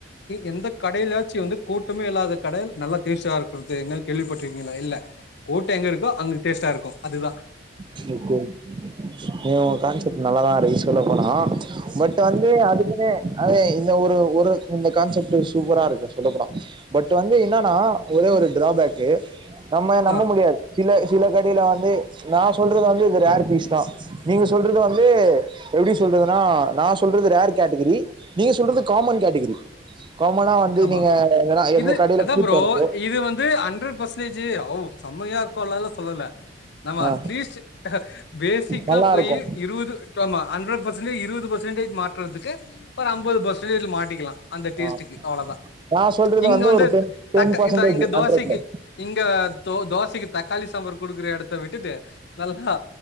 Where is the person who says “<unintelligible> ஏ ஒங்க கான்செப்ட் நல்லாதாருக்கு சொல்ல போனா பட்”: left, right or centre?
Right